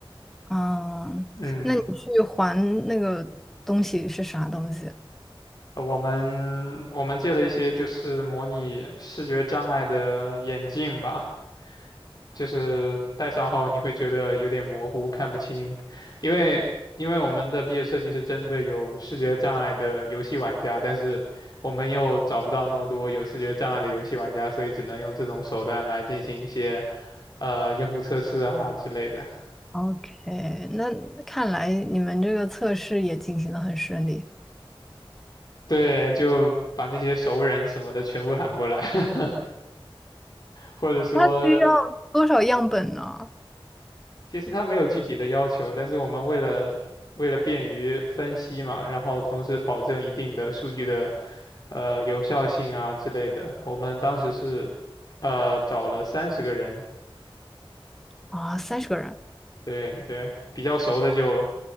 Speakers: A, in the centre; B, on the left.
A: 嗯，
B: 嗯，
A: 那你去还那个东西是啥东西
B: 呃我们我们借了一些就是模拟视觉障碍的眼镜吧，就是戴上后你会觉得有点模糊，看不清，因为因为我们的毕业设计是针对有视觉障碍的游戏玩家，但是我们又找不到那么多有视觉障碍的游戏玩家，所以只能用这种手段来进行一些呃用户测试啊之类的。
A: ？OK，那看来你们这个测试也进行的很顺利。
B: 对，就把那些熟人什么的全部喊过来，<laughs> 或者说
A: 它需要多少样本呢？
B: 其实它没有具体的要求，但是我们为了为了便于分析嘛，然后同时保证一定的数据的呃有效性啊之类的，我们当时是呃找了三十个人，
A: 啊，三十个人。
B: 对对，比较熟的就